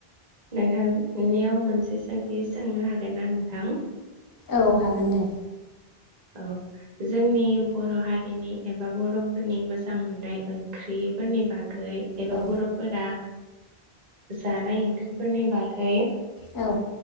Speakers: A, on the right; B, on the left.
A: नोंथांनियाव मोनसे सोंथि सोंनो हागोन ना नोंथां
B: औ हागोन दे
A: औ जोंनि बर हारिनि एबा बरफोरनि मोजां मोननाय ओंख्रिफोरनि बाग गै एबा
B: औ।
A: बरफोरा जानाय ओंख्रिफोरनि बागै
B: औ